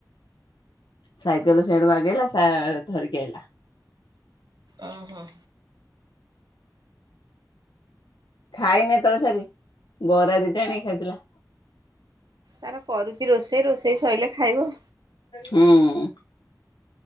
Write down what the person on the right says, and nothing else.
ଅ ହୋ।
ତାର କରୁଛି ରୋଷେଇ, ରୋଷେଇ ସରିଲେ ଖାଇବ।